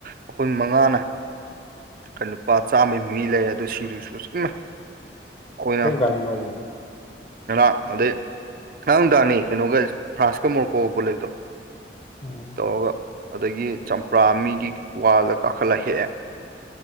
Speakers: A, on the right; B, on the left.
A: ꯑꯩꯈꯣꯏ ꯃꯉꯥꯅ ꯀ ꯂ ꯅꯨꯄꯥ ꯆꯥꯝꯃꯩ ꯃꯤ ꯂꯩꯔ ꯑꯗꯨ ꯁꯤꯡꯖꯨꯁꯨ ꯆꯨꯝꯃꯦ ꯑꯅ
B: ꯀꯔꯝ ꯀꯥꯟꯒꯤ ꯋꯥꯔꯤꯅꯣ
A: ꯑ ꯑꯗ ꯉꯥꯡꯗꯥꯅꯤ ꯀꯩꯅꯣꯒ ꯐ꯭ꯔꯥꯟꯁꯀ ꯃꯣꯔꯀꯣꯒꯕꯣꯠ ꯂꯩꯕꯗꯣ
B: ꯎꯝ
A: ꯇꯧꯔꯒ ꯑꯗꯒꯤ ꯆꯝꯄ꯭ꯔꯥ ꯃꯤꯒꯤ ꯋꯥꯗ ꯀꯥꯈꯠꯂ ꯍꯦꯛꯑꯦ